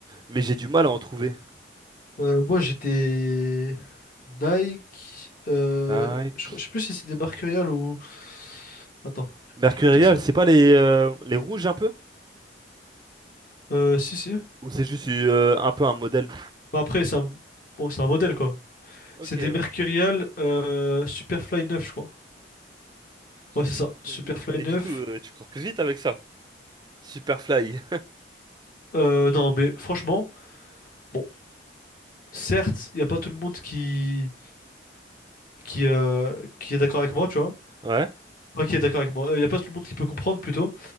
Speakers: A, on the right; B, on the left.
A: mais j'ai du mal à en trouver.
B: Euh, moi, j'ai des Nike. euh,
A: Nike.
B: je, crois- je sais plus si c'est des Mercurial ou. Attends,
A: Mercurial,
B: je vais te dire ça.
A: c'est pas les, euh, les rouges un peu?
B: Euh, si, si.
A: Ou c'est juste euh, un peu un modèle?
B: Bah, après, c'est un... Bon, c'est un modèle, quoi.
A: Ok,
B: C'est
A: ouais.
B: des Mercurial euh, Superfly neuf je crois.
A: Superfly
B: Ouais, c'est ça. Superfly
A: 9. Mais
B: neuf
A: du coup, euh, tu cours plus vite avec ça. Superfly.
B: Euh, non, mais franchement, bon, certes, il n'y a pas tout le monde qui, qui, euh, qui est d'accord avec moi, tu vois.
A: Ouais,
B: Enfin, qui est d'accord avec moi. Euh, Il n'y a pas tout le monde qui peut comprendre, plutôt.